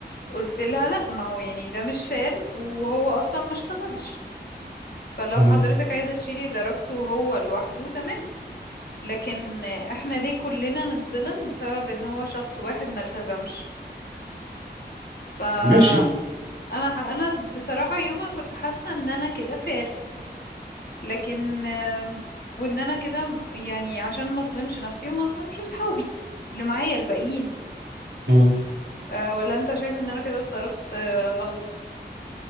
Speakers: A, on the left; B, on the right.
A: قلت لها لا ما هو يعني ده مش فاir وهو اصلا ما اشتغلش فلو
B: مم.
A: حضرتك عايزة تشيلي درجته هو لوحده تمام لكن احنا ليه كلنا نتظلم بسبب ان هو شخص واحد ما التزمش فانا
B: ماشي
A: ح... انا بصراحة يومها كنت حاسة ان انا كده فير لكن آم، وان انا كده م- يعني عشان ما اظلمش نفسي وما اظلمش صحابي اللي معايا الباقيين
B: مم.
A: أه ولا انت شايف ان انا كده اتصرفت آه، غلط